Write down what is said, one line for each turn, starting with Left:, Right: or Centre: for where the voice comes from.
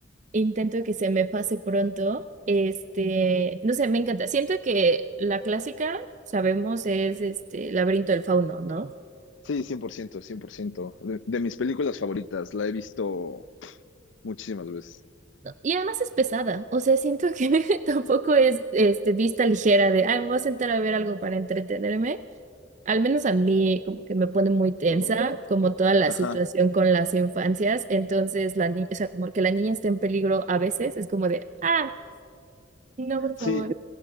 Right: intento que se me pase pronto. Este, no sé, me encanta. Siento que la clásica, sabemos, es este Laberinto del Fauno, ¿no?
Left: Sí, 100%, 100%. De, de mis películas favoritas, la he visto muchísimas veces.
Right: Y además es pesada, o sea, siento que <laughs> tampoco es este, vista ligera de, ay, me voy a sentar a ver algo para entretenerme. Al menos a mí como que me pone muy tensa,
Left: Órale.
Right: como toda la
Left: Ajá.
Right: situación con las infancias. Entonces, la niña, o sea, como que la niña está en peligro a veces, es como de, ah, no, por favor.
Left: Sí,